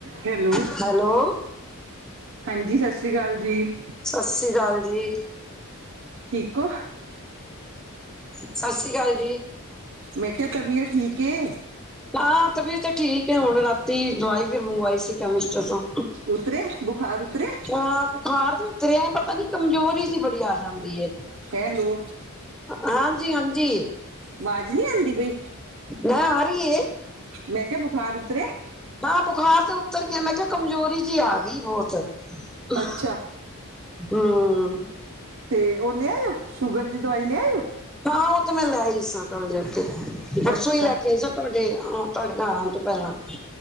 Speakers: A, on the right (about 60°); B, in the centre.
A: Hello!
B: Hello,
A: ਹਾਂਜੀ ਸਘਸ੍ਰੀ ਕਾਲ ਜੀ।
B: ਸਸੀ ਕਾਲ ਜੀ।
A: ਠੀਕ ਔ
B: ਸਸਸ੍ਰੀ ਕਾਲ ਜੀ।
A: ਮੈਂ ਕਿਹਾ ਤਬੀਅਤ ਠੀਕ ਏ!
B: ਹਾਂ ਤਬੀਅਤ ਤੇ ਠੀਕ ਹੈ ਹੁਣ ਰਾਤੀ ਦਵਾਈ ਫਿਰ ਮੰਗਵਾਈ ਸੀ ਕੈਮਿਸਟਰ ਤੋਂ।
A: ਉਤਰਿਆ ਬੁਖਾਰ ਉਤਰਿਆ।
B: ਤੇ ਆਪ ਬੁਖਾਰ ਤੇ ਉਤਰਿਆ ਪਤਾ ਨੀ ਕਮਜੋਰੀ ਜੀ ਬੜੀ ਆ ਜਾਂਦੀ ਏ।
A: ਹੈਲੋ।
B: ਹਾਂਜੀ- ਹਾਂਜੀ।
A: ਵਾਜ਼ ਨੀ ਆਂਦੀ ਪਈ।
B: ਨਾ ਆ ਰਹੀ ਏ।
A: ਮੈਂ ਕਿਹਾ ਬੁਖਾਰ ਉਤਰਿਆ।
B: ਹਾਂ, ਬੁਖਾਰ ਤੇ ਉੱਤਰ ਗਿਆ ਮੈਂ ਕਿਹਾ ਕਮਜ਼ੋਰੀ ਜੀ ਆ ਗਈ ਬਹੁਤ। ਅਹ,
A: ਅੱਛਾ
B: ਹਮ।
A: ਤੇ ਔਹ ਲਿਆਇਓ ਸ਼ੂਗਰ ਦੀ ਦਵਾਈ ਲਿਆਇਓ।
B: ਹਾਂ ਉਹ ਤੇ ਮੈਂ ਲੈ ਹੀ ਈ ਸਾਂ ਕਲ ਜਾ ਕੇ ਪਰਸੋਂ
A: ਅੱਛਾ
B: ਹੀ ਲੈ ਕੇ ਆਈ। ਤੁਹਾਡੇ ਤੁਹਾਡੇ ਘਰ ਆਣ ਤੋਂ ਪਹਿਲਾਂ